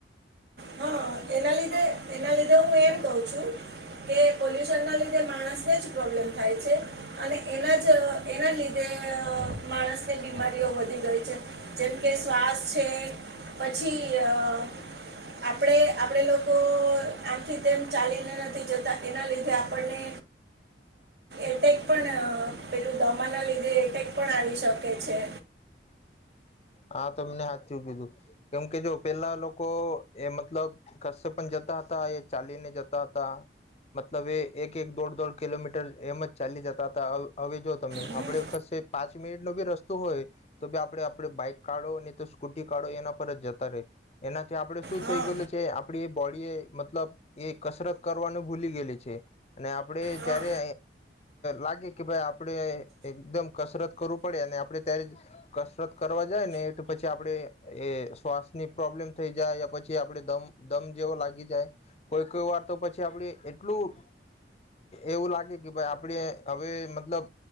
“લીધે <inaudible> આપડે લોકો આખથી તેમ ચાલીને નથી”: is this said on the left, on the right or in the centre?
Right